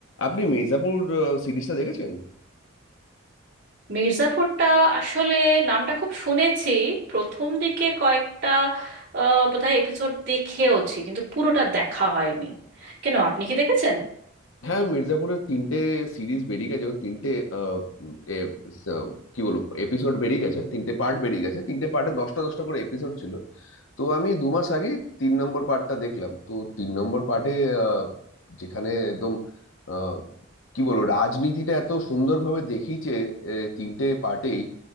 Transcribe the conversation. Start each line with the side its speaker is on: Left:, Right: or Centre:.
Left: আপনি মির্জাপুর আহ, সিরিজটা দেখেছেন
Right: মির্জাপুরটা আসলে নামটা খুব শুনেছি প্রথম দিকে কয়েকটা আহ, বোধহয় এপিসোড দেখেওছি কিন্তু পুরোটা দেখা হয়নি কেন আপনি কি দেখেছেন
Left: হ্যাঁ মির্জাপুরের তিনটে সিরিজ বেরিয়ে গেছে এবং তিনটে আহ, উম, এ, স, কি বলবো এপিসোড বেরিয়ে গেছে তিনটে পার্ট বেরিয়ে গেছে তিনটে পার্টে দশটা দশটা করে এপিসোড ছিল তো আমি দু মাস আগে তিন নম্বর পার্টটা দেখলাম তো তিন নম্বর পার্টে যেখানে একদম আহ, কি বলবো রাজনীতিটা এত সুন্দরভাবে দেখিয়েছে এ, তিনটে পার্টেই